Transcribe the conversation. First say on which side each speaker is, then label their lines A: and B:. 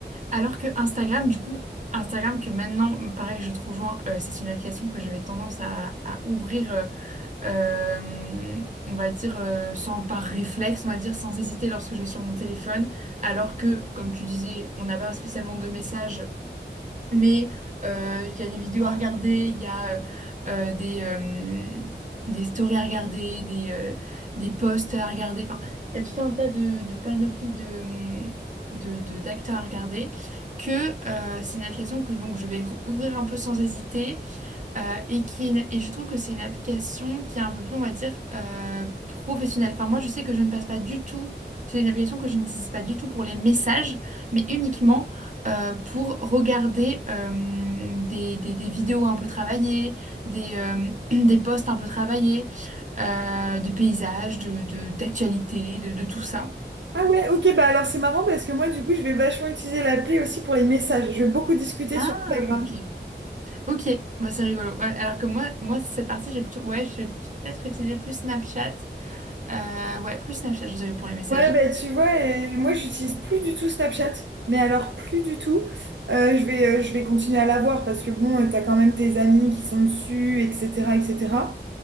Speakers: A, on the right; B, on the right.
A: Alors que Instagram, du coup, Instagram que maintenant, pareil, je te rejoins, euh, c'est une application que je vais tendance à, à ouvrir, euh, euh, on va dire, euh, sans par réflexe, on va dire, sans hésiter lorsque je vais sur mon téléphone. Alors que, comme tu disais, on n'a pas spécialement de messages mais euh, il y a des vidéos à regarder, il y a euh, euh, des, euh, des stories à regarder, des, euh, des posts à regarder. Enfin, il y a tout un tas de, de panoplies de, mm, de, de- d'acteurs à regarder. Que euh, c'est une application que donc je vais ouvrir un peu sans hésiter euh, et, qui est une- et je trouve que c'est une application qui est un peu plus, on va dire, euh, professionnelle. Enfin, moi, je sais que je ne passe pas du tout. C'est une application que je n'utilise pas du tout pour les messages, mais uniquement euh, pour regarder euh, des, des- des vidéos un peu travaillées, des, euh, <clears throat> des posts un peu travaillés, euh, de paysages, de, de- d'actualités, de, de tout ça.
B: Ah ouais, ok, bah alors c'est marrant parce que moi du coup je vais vachement utiliser l'appli aussi pour les messages. Je vais beaucoup discuter
A: Ah,
B: sur Instagram.
A: ok. Ok, bah, c'est rigolo. Ouais, alors que moi, moi, cette partie, j'ai plutôt... Ouais, je vais peut-être utiliser plus Snapchat. Euh, ouais, plus Snapchat, je dirais pour les messages.
B: Ouais, bah tu vois, euh, moi j'utilise plus du tout Snapchat, mais alors plus du tout. Euh, je vais, euh, je vais continuer à l'avoir parce que bon, euh, t'as quand même tes amis qui sont dessus, etc., etc.